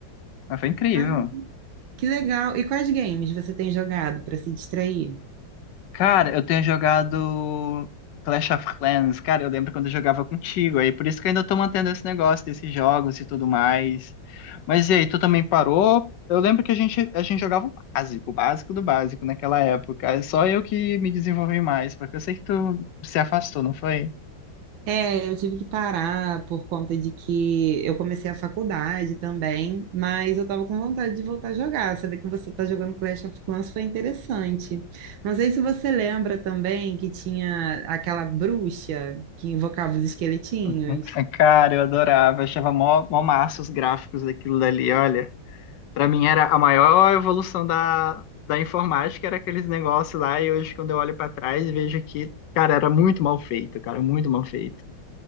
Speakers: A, on the left (about 70°); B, on the right (about 80°).
A: Mas foi incrível.
B: Ah, Que legal. E quais games você tem jogado para se distrair?
A: Cara, eu tenho jogado Clash of Clans, cara, eu lembro quando eu jogava contigo, aí por isso que eu ainda tô mantendo esse negócio desses jogos e tudo mais. Mas e aí, tu também parou? Eu lembro que a gente, a gente jogava o básico, o básico do básico naquela época. É só eu que me desenvolvi mais, porque eu sei que tu se afastou, não foi?
B: É, eu tive que parar por conta de que eu comecei a faculdade também, mas eu tava com vontade de voltar a jogar. Saber que você tá jogando Clash of Clans foi interessante. Não sei se você lembra também que tinha aquela bruxa que invocava os esqueletinhos.
A: <laughs> Cara, eu adorava, achava mó, mó massa os gráficos daquilo dali, olha. Para mim era a maior evolução da, da informática, era aqueles negócios lá, e hoje quando eu olho para trás, vejo que, cara, era muito mal feito, cara, muito mal feito.